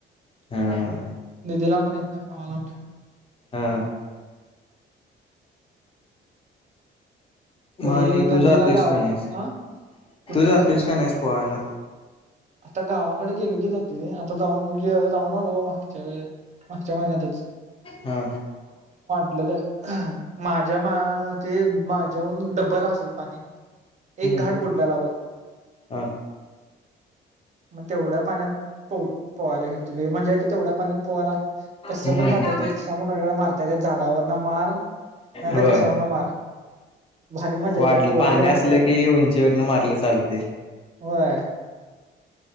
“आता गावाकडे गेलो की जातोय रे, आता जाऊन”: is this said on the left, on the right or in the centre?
Right